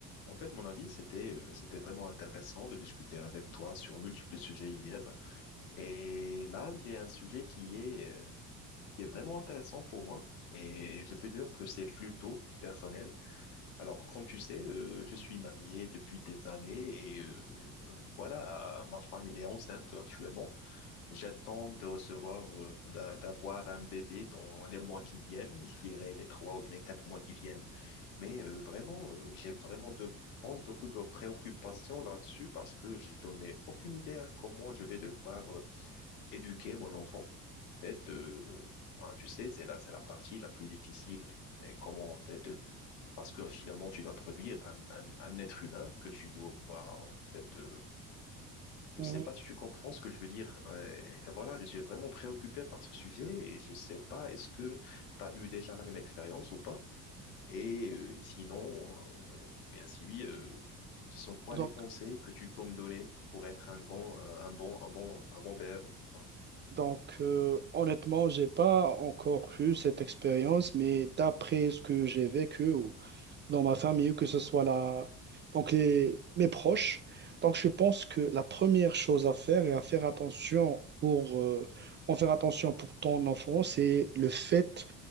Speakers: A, on the left; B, on the right.
A: En fait, mon avis, c'était euh, c'était vraiment intéressant de discuter avec toi sur multiples sujets hier. Et là, j'ai un sujet qui est euh, qui est vraiment intéressant pour moi. Et je peux dire que c'est plutôt personnel. Alors, comme tu sais, euh, je suis marié depuis des années et euh, voilà, ma femme, elle est enceinte actuellement. J'attends de recevoir, euh, d'a- d'avoir un bébé dans les mois qui viennent, je dirais les trois ou bien quatre mois qui viennent. Mais euh, vraiment, euh, j'ai vraiment de grandes occu- préoccupations là-dessus parce que j'en ai aucune idée à comment je vais devoir euh, éduquer mon enfant. En fait, euh, hein, tu sais, c'est la, c'est la partie la plus difficile. Et comment, en fait, euh, parce que finalement, tu vas produire un, un, un être humain que tu dois, en fait, euh, je
B: Mhm.
A: sais pas si tu comprends ce que je veux dire. Ouais. Et voilà, je suis vraiment préoccupé par ce sujet et je sais pas, est-ce que tu as eu déjà la même expérience ou pas? Et euh, sinon, euh, bien si oui, euh, ce sont quoi
B: Donc,
A: les conseils que tu peux me donner pour être un bon, un bon, un bon, un bon père? Voilà,
B: donc euh, honnêtement, j'ai pas encore eu cette expérience, mais d'après ce que j'ai vécu ou dans ma famille, que ce soit la, donc les, mes proches, donc je pense que la première chose à faire et à faire attention pour euh, en faire attention pour ton enfant, c'est le fait